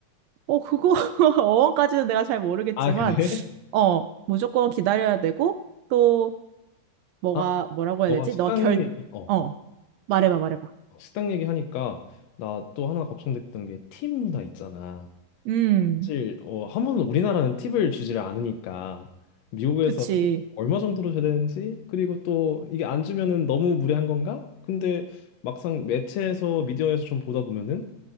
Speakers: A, on the right; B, on the left.
A: 어, 그거, <laughs> 어원까지는 내가 잘 모르겠지만,
B: 아, 그래? <laughs>
A: 어, 무조건 기다려야 되고, 또, 뭐가,
B: 아,
A: 뭐라고 해야
B: 너가
A: 되지?
B: 식당
A: 너가 결,
B: 얘기, 어,
A: 어, 말해봐, 말해봐.
B: 식당 얘기하니까 나 또 하나 걱정됐던 게 팁 문화 있잖아.
A: 음,
B: 사실, 어, 한 번은 우리나라는 팁을 주지를 않으니까 미국에서
A: 그치.
B: 팁 얼마 정도로 줘야 되는지, 그리고 또 이게 안 주면은 너무 무례한 건가? 근데 막상 매체에서 미디어에서 좀 보다 보면은